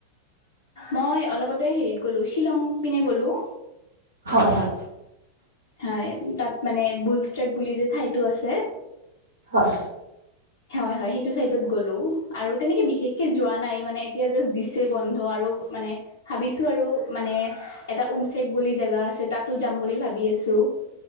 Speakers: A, on the left; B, on the right.
A: মই অলপতে হেৰিত গ'লো শ্বিলং পিনে গ'লো।
B: হয়, হয়।
A: হয় তাত মানে বুলষ্ট্ৰেক বুলি যে ঠাইতটো আছে।
B: হয়,
A: হয় হয় সেইটো চাইত গলো আৰু তেনেকে বিশেষকে যোৱা নাই মানে এতিয়া জাজ বন্ধ আৰু মানে ভাবিছো আৰু মানে এটা উওম চেক বুলি জেগা আছে তাতো যাম বুলি ভাবি আছো।